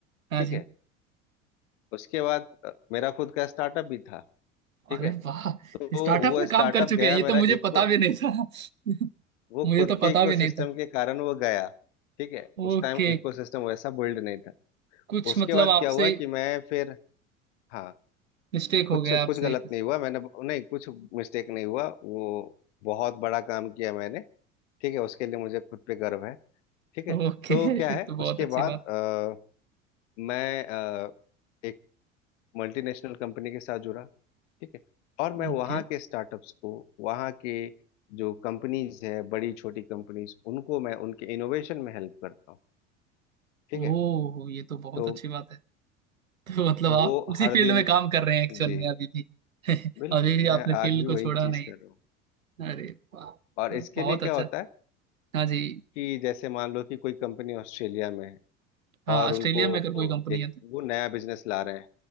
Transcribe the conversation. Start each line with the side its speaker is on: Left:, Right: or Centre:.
Right: हाँ
Left: ठीक
Right: जी
Left: है उसके बाद अ, मेरा खुद का स्टार्टअप भी था ठीक
Right: अरे
Left: है
Right: वाह
Left: तो
Right: स्टार्टअप
Left: वो
Right: में
Left: स्टार्टअप
Right: काम कर चुके
Left: गया
Right: हैं ये
Left: मेरा
Right: तो मुझे
Left: इको
Right: पता भी नहीं था <laughs>
Left: वो
Right: मुझे
Left: खुद
Right: तो
Left: के
Right: पता
Left: इकोसिस्टम
Right: भी नहीं था
Left: के कारण वो गया ठीक है उस
Right: ओके
Left: टाइम इकोसिस्टम वैसा बिल्ड नहीं था
Right: कुछ
Left: उसके
Right: मतलब
Left: बाद
Right: आपसे
Left: क्या हुआ कि मैं फिर हाँ
Right: मिस्टेक हो
Left: कुछ
Right: गया
Left: कुछ
Right: आपसे
Left: गलत नहीं हुआ मैंने नहीं कुछ मिस्टेक नहीं हुआ वो बहुत बड़ा काम किया मैंने ठीक है उसके लिए मुझे खुद पे गर्व है ठीक है
Right: ओके
Left: तो क्या
Right: फिर
Left: है
Right: तो बहुत
Left: उसके
Right: अच्छी
Left: बाद
Right: बात
Left: अ, मैं अ, एक मल्टीनेशनल कंपनी के साथ जुड़ा ठीक है और मैं
Right: है
Left: वहाँ
Right: ओके
Left: के स्टार्टअप्स को वहाँ के जो कंपनीज है बड़ी छोटी कंपनीज उनको मैं उनके इनोवेशन में हेल्प करता हूँ ठीक
Right: ओह
Left: है
Right: ये तो बहुत
Left: तो
Right: अच्छी बात है तो मतलब आप
Left: वो
Right: उसी
Left: हर
Right: फील्ड
Left: दिन
Right: में काम कर रहे हैं एक्चुअल
Left: जी
Right: में अभी भी <laughs>
Left: बिल्कुल
Right: अभी भी
Left: मैं
Right: आपने फील्ड
Left: आज भी वही
Right: को छोड़ा
Left: चीज़
Right: नहीं
Left: कर रहा हूँ
Right: है। अरे वाह तो
Left: और इसके
Right: बहुत
Left: लिए क्या
Right: अच्छा
Left: होता
Right: है।
Left: है
Right: हाँ जी
Left: कि जैसे मान लो कि कोई कंपनी ऑस्ट्रेलिया में है
Right: हाँ
Left: और
Right: ऑस्ट्रेलिया
Left: उनको
Right: में अगर कोई कंपनी
Left: एक
Right: है तो
Left: वो नया बिजनेस ला रहे हैं